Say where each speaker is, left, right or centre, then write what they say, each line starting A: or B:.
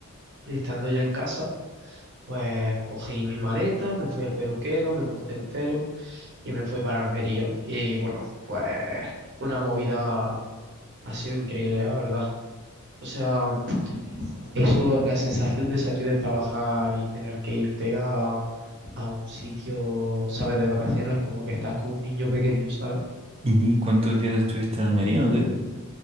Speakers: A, on the right; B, on the right.
A: estando ya en casa, pues cogí mi maleta, me fui al peluquero, me corté el pelo y me fui para Almería. Y bueno, pues una movida ha sido increíble, la verdad. O sea... Eso, la sensación de salir de trabajar y tener que irte a, a un sitio, ¿sabes? De vacaciones, como que estás como un niño pequeño, ¿sabes?
B: ¿Y cuántos días estuviste en Almería o qué?